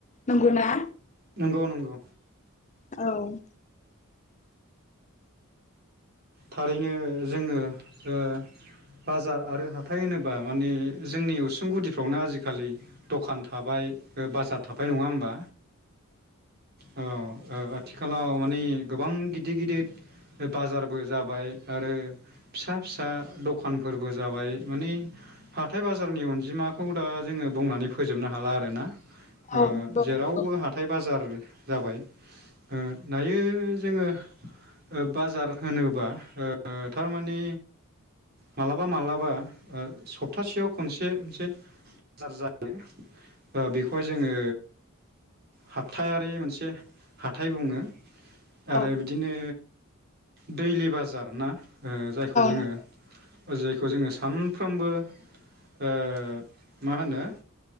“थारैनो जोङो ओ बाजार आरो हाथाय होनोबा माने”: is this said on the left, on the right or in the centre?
Right